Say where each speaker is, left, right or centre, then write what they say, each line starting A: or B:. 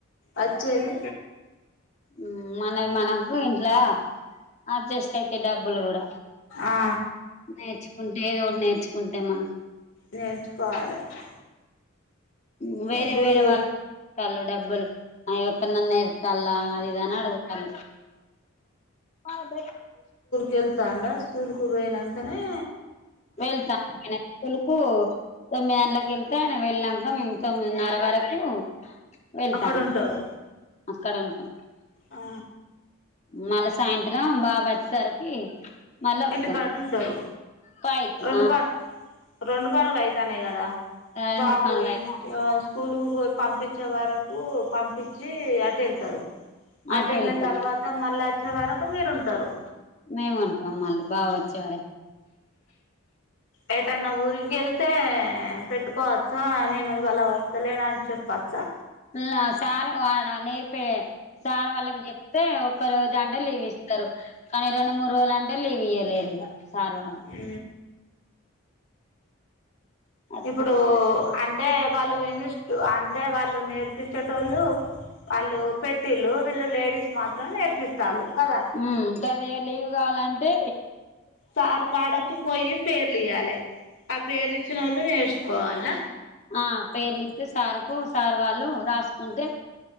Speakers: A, on the left; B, on the left.
A: వచ్చేది
B: ఉ మనది మనకు ఇంట్లా అడ్జస్ట్ అయితయ్ డబ్బులు గూడ
A: ఆ
B: నేర్చుకుంటే ఏదో ఒటి నేర్చుకుంటే మనం
A: నేర్చుకోవాలె నే
B: ఉ వేరే
A: ఇప్పుడు
B: వేరే వాళ్ళు కళ్ళు డబ్బులు ఆ ఎక్కన్నన యేంచాల అది ఇది అని అడగుతాండు అన్
A: కెల్తా అండే స్కుల్కు పోయినంకనే
B: వెళ్తా నేనే స్కులుకు తొమ్మిది గంట్లకి ఎళ్తే నే వెళ్ళినంక మేము తొమ్మిదిన్నర వరకు వెళ్తాను
A: అక్కడ ఉంటారు
B: అక్కడుంటం
A: ఆ
B: మళ్ళ సాయంత్రం బాబు వచ్చేసరికీ మళ్ళొత్తం
A: ఇంటికాడ ఉంటారు
B: పైకి
A: రెండు
B: ఆహా
A: ప రెండు పనులు అయితానయ్ గదా
B: రెండు
A: బాబు
B: పనులు అయితాయి
A: ఇంటి వస్ స్కూలుకు పోయి పంపిచే వరకు పం పిచ్చి అటెళ్తరు
B: అటు
A: అటెళ్ళిన
B: వెళ్తాం
A: తర్వాత మళ్ళోచ్చే వరకు మీరు ఉంటరు
B: మేము ఉంటాం మళ్ళీ బా వొచ్చే వరక్
A: ఎటైన ఊరికి ఎళ్తే పెట్టుకోవచ్చా నేను ఇవాల వస్తలేను అని చెప్పచ్చా
B: ఉల్లా సార్ వాడ నేర్పే సార్ వాళ్ళకి చెప్తే ఒప్ ఒక్క రోజు అంటే లీవ్ ఇస్తరు కానీ రెండు మూడు రోజులు అంటే లీవ్ ఇయ్వలేరు ఇగ సార్ వాళ్ళు
A: ఉ ఉ
B: ఉ
A: ఇప్పుడూ అంటే వాళ్ళు ఇన్నిస్టు అంటే వాళ్ళు నేర్పించేటోళ్ళు అళ్ళు పెట్టిలు వీళ్ళు లేడీస్ మాత్రం నేర్పిస్తాలు కదా
B: ఉ గదే లీవ్ గాళ్లంటే
A: సారు కాడకి పోయి పేర్లు ఇయ్యాలె ఆ పేర్లు ఇచ్చినోళ్లు నేర్చుకోవాల
B: ఆ పేర్లి ఇస్తే సార్కు సార్ వాళ్ళు రాసుకుంటే